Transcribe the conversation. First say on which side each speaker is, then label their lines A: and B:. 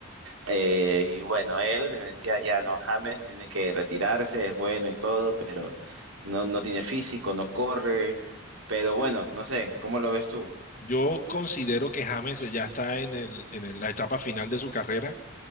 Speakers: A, on the right; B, on the left.
A: Eh, y bueno, él me decía, ya no, James tiene que retirarse, es bueno y todo, pero no, no tiene físico, no corre, pero bueno, no sé, ¿cómo lo ves tú?
B: Yo considero que James ya está en el, en el- la etapa final de su carrera,